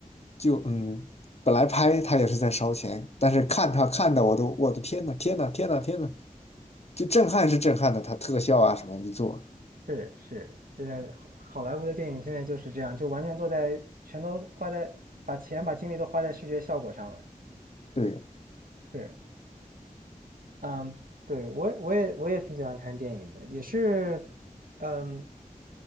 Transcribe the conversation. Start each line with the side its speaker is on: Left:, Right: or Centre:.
Left: 就嗯，本来拍他也是在烧钱，但是看他看的我都我的天呐天呐天呐天呐，就震撼是震撼的，它特效啊什么一做，
Right: 是是，现在好好莱坞的电影现在就是这样，就完全坐在，全都花在，把钱把精力都花在视觉效果上了。
Left: 对，
Right: 是，嗯，对，我也我也我也挺喜欢看电影的，也是，嗯。